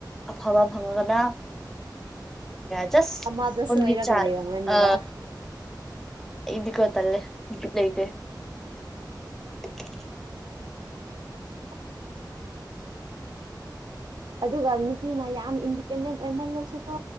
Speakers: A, in the centre; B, on the right.
A: ꯑꯐꯕ ꯐꯪꯉꯒꯅ ꯁ
B: ꯑꯃꯗ ꯁꯣꯏꯔꯒ
A: ꯑꯣꯗꯤ ꯆꯔ
B: ꯂꯩꯔꯝꯃꯅꯦꯕ
A: ꯑ ꯏꯒꯣꯠꯇꯂꯦ ꯏꯠ ꯂ ꯂꯩꯗꯦ <inaudible>
B: <inaudible> ꯑꯗꯨꯒ ꯅꯨꯄꯤꯅ ꯌꯥꯝ ꯏꯟꯗꯤꯄꯦꯟꯗꯦꯟ ꯑꯣꯏꯃꯜꯂꯁꯨꯀꯣ